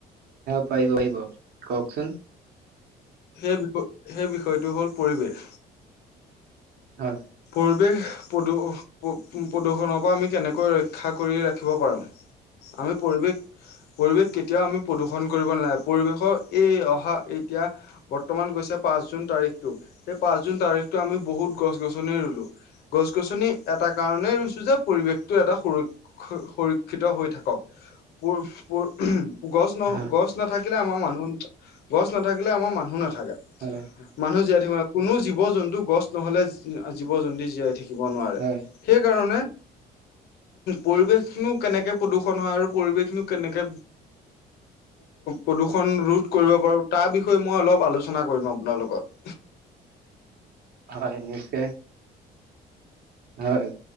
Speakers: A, on the right (about 65°); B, on the left (about 70°).
A: প পিব কওকচোন <unintelligible>
B: সেই বিষয় সেই বিষয়টো হ'ল পৰিৱেশ।
A: হয়
B: পৰিৱেশ প্ৰদূৰষণৰ পৰা আমি কেনেকৈ ৰক্ষা কৰি ৰাখিব পাৰো। আমি পৰিবেশ পৰিৱেশ কেতিয়াও আমি প্ৰদূষণ কৰিব নলাগে পৰিৱেশৰ এই অহা এতিয়া বৰ্তমান কৈছে পাঁচ জুন তাৰিখতটো সেই পাঁচ জুন তাৰিখতটো আমি বহুত গছ গছনি ৰুলো। গছ গছনি এটা কাৰনেই ৰুইছো যে পৰিৱেশটো এটা সুৰক্ষ সুৰক্ষিত হৈ থাকক। প প উম গছ ন
A: হয়
B: গছ নাথাকিলে আমাৰ মানুহ ন গছ নাথাকিলে আমাৰ মানুহ নাথাকে। থাকে
A: হয়
B: মানুহ জীয়াই থাকিব নোৱাৰে, কোনো জীৱ জন্তু গছ নহলে জীৱ জন্তু জীয়াই থাক শিকিব নোৱাৰে
A: হয়
B: সেইকাৰণে পৰিৱেশনো কেনেকে প্ৰদূষণ হয় আৰু পৰিৱেশনো কেনেকে প্ৰদূষণ ৰোধ কৰিব পাৰো, তাৰ বিষয়ে মই অলপ আলোচনা কৰিম আপোনাৰ লগত। <inaudible>
A: হয় এনে চে হয়